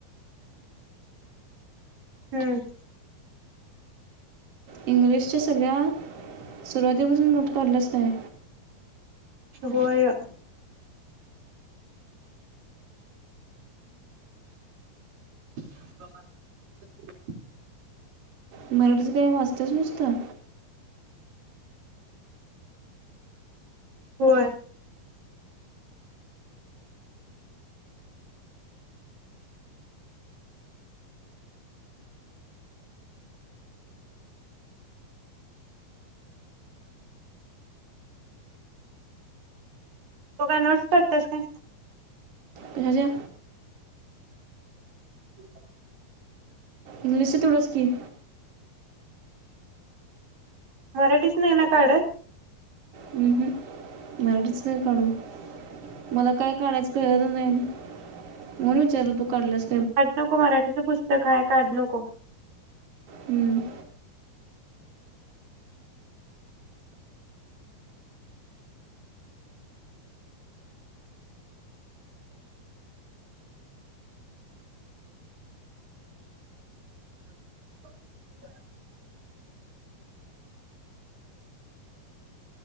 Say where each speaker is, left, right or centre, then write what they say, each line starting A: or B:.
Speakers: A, on the right; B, on the right.
A: हम्म.
B: इंग्लिशच्या सगळ्या सुरुवातीपासून नोट्स काढल्याच काय?
A: होय. <unintelligible>
B: मराठीच काय वाचतेस नुसतं?
A: होय. तु काय नोट्स पडतेस काय?
B: ह्या ज्या
A: हम्... <unintelligible>
B: इंग्लिशच तेवढच की.
A: मराठीच नाही ना काढत?
B: हम्म, हुं मराठीच काय काढू मला काय काढायचं? कळतच नाही म्हणून विचारल तू कढलस.
A: काढु नको मराठीचं पुस्तक आहे काढु नको.
B: हम्म..
A: ह. <unintelligible>